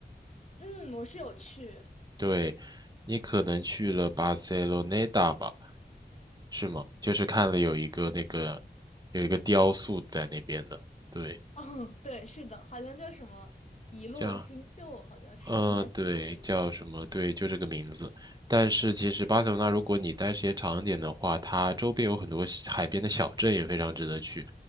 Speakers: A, on the left; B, on the right.
A: 嗯，我是有去，
B: 对，你可能去了巴塞罗那达吧？是吗？就是看了有一个那个有一个雕塑在那边的，对。
A: <laughs> 嗯，对，是的，好像叫什么遗落的新秀，
B: 这样。
A: 好像是，
B: 呃，
A: 应该是叫这个。
B: 对，叫什么？对，就这个名字。但是其实巴塞罗那，如果你待时间长一点的话，它周边有很多小海边的小镇也非常值得去，